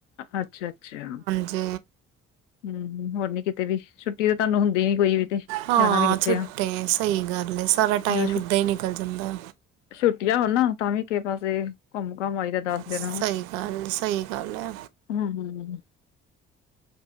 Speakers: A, on the left; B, on the right.
A: ਅੱਛਾ ਅੱਛਾ।
B: ਜ਼ੇ
A: ਹੂੰ, ਹੋਰ ਨੀ ਕਿਤੇ ਵੀ ਤਾਂ ਤੁਹਾਨੂੰ ਹੁੰਦੀ ਨੀ ਕੋਈ ਵੀ ਤੇ
B: ਹਾਂ,
A: ਜਾਣਾ ਵੀ ਕਿੱਥੇ
B: ਛੁੱਟੇ
A: ਆ
B: ਸਹੀ ਗੱਲ ਏ ਸਾਰਾ ਟਾਈਮ
A: ਜਾਂ ਛੁ
B: ਏਦਾਂ ਹੀ ਨਿਕਲ। ਨਿਕਲ ਜਾਂਦਾ।
A: ਛੁੱਟੀਆਂ ਹੋਣ ਨਾ ਤਾਂ ਵੀ ਕਿਸੇ ਪਾਸੇ ਘੁੰਮ ਘਾਮ ਆਈ ਦਾ। ਦਸ ਦਿਨ
B: ਸਹੀ ਗੱਲ ਸਹੀ ਗੱਲ ਐ।
A: ਹੂੰ ਹੂੰ,